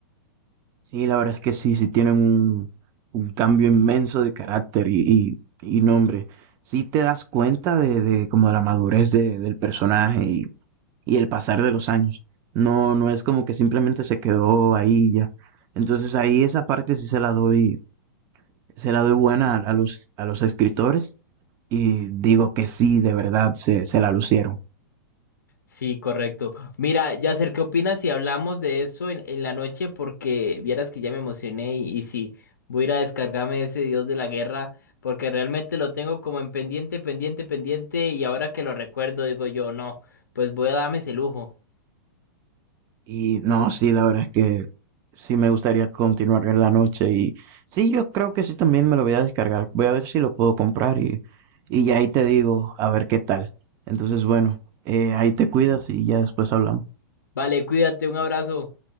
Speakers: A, on the right; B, on the left.
A: Sí, la verdad es que sí, sí tienen un, un cambio inmenso de carácter y, y, y nombre. Sí te das cuenta de, de como de la madurez de- del personaje y, y el pasar de los años. No, no es como que simplemente se quedó ahí y ya. Entonces ahí esa parte sí se la doy, se la doy buena a, a los, a los escritores y digo que sí, de verdad se, se la lucieron.
B: Sí, correcto. Mira, Yasser, ¿qué opinas si hablamos de eso en, en la noche? Porque vieras que ya me emocioné y, y sí, voy a ir a descargarme ese Dios de la Guerra, porque realmente lo tengo como en pendiente, pendiente, pendiente, y ahora que lo recuerdo digo yo, no, pues voy a darme ese lujo.
A: Y no, sí, la verdad es que sí me gustaría continuar en la noche y sí, yo creo que sí también me lo voy a descargar. Voy a ver si lo puedo comprar y, y ya ahí te digo a ver qué tal. Entonces, bueno, eh, ahí te cuidas y ya después hablamos.
B: Vale, cuídate, un abrazo.